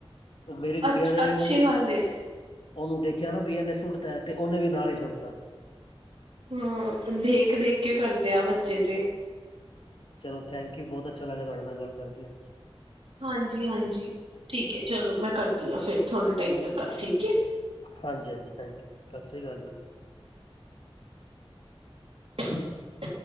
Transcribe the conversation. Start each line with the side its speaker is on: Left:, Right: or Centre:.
Left: ਓ ਮੇਰੀ
Right: ਅੱਛ
Left: ਗੁੜੀਆਂ ਨੇ
Right: ਅੱਛੀ
Left: ਉਨੂੰ
Right: ਗੱਲ ਏ।
Left: ਉਨੂੰ ਦੇਖਿਆ ਨਾ ਬਈ ਇਨੇ ਸੁੱਟਤਾ ਤੇ ਉਨੇ ਵੀ ਨਾਲ ਈ ਸੁੱਟਤਾ।
Right: ਹਾਂ ਦੇਖ-ਦੇਖ ਕੇ ਕਰਦੇ ਆ ਬੱਚੇ ਤੇ
Left: ਚਲੋ ਥੈਂਕ ਯੂ ਬੋਤ ਅੱਛਾ ਲੱਗਿਆ ਤੁਹਾਡੇ ਨਾਲ ਗੱਲ ਕਰਕੇ
Right: ਹਾਂਜੀ-ਹਾਂਜੀ ਠੀਕ ਹੈ ਚਲੋ ਮੈਂ ਕਰਦੀ ਹਾਂ ਫਿਰ ਥੋੜੇ ਟਾਈਮ ਤ ਗੱਲ ਠੀਕ ਏ
Left: ਹਾਂਜੀ-ਹਾਂਜੀ ਥੈਂਕ ਸਤਿ ਸ਼੍ਰੀ ਅਕਾਲ ਜੀ।
Right: <inaudible>